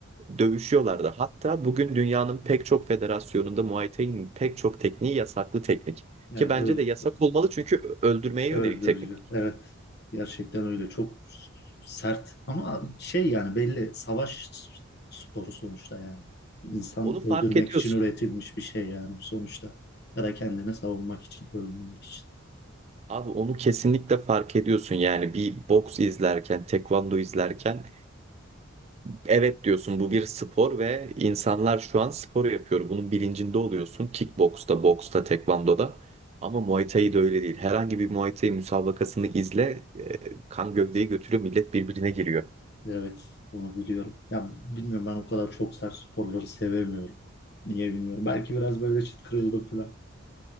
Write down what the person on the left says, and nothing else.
Evet,
öl-
öldürücü.
Evet. Gerçekten öyle. Çok sert. Ama şey yani belli savaş sporu sonuçta yani. İnsan
öldürmek
için üretilmiş bir şey yani sonuçta. Ya da kendini savunmak için, ölmemek için.
Evet, onu biliyorum. Ya bilmiyorum ben o kadar çok sert sporları sevemiyorum. Niye bilmiyorum. Belki biraz böyle çıt kırıldım falan.